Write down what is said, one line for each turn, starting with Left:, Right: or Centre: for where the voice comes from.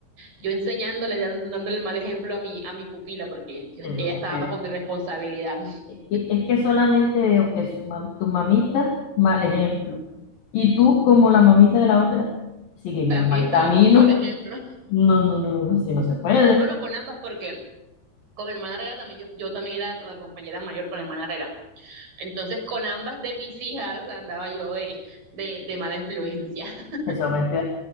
Right: Yo enseñándole, dando- dándole el mal ejemplo a mi, a mi pupila porque yo-
Left: Eso
Right: ella
Left: me
Right: estaba
Left: estoy
Right: bajo mi responsabilidad. <laughs>
Left: Es que, es que solamente veo que su mam- tu mamita, mal ejemplo, y tú como la mamita de la otra, siguen
Right: También
Left: un mal
Right: estaba
Left: camino.
Right: como un mal ejemplo.
Left: No, no, no, no, no, si no se puede.
Right: Bueno, con ambas porque... Con hermana Herrera también, yo, yo también era la compañera mayor con hermana Herrera. Entonces, con ambas de mis hijas andaba yo de, de, de mala influencia. <laughs>
Left: Eso me, estoy-